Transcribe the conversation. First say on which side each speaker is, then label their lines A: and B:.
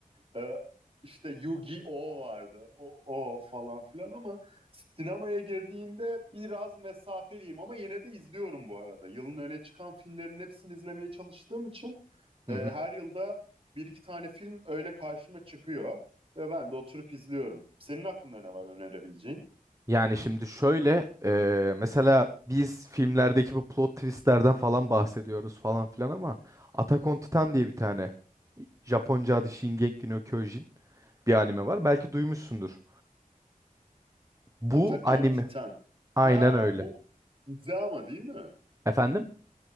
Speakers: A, on the right; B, on the right.
A: Ee, işte Yu-Gi-Oh vardı. O, o falan filan ama sinemaya girdiğinde biraz mesafeliyim ama yine de izliyorum bu arada. Yılın öne çıkan filmlerin hepsini izlemeye çalıştığım için
B: Hı
A: e, her
B: hı.
A: yılda bir iki tane film öyle karşıma çıkıyor ve ben de oturup izliyorum. Senin aklında ne var önerebileceğin?
B: Yani şimdi şöyle e, mesela biz filmlerdeki bu plot twistlerden falan bahsediyoruz falan filan ama Attack on Titan diye bir tane Japonca adı Shingeki no Kyojin bir anime var. Belki duymuşsundur. Bu
A: Atakon
B: anime
A: Titan.
B: aynen
A: Ha
B: öyle.
A: bu dizi ama değil mi?
B: Efendim?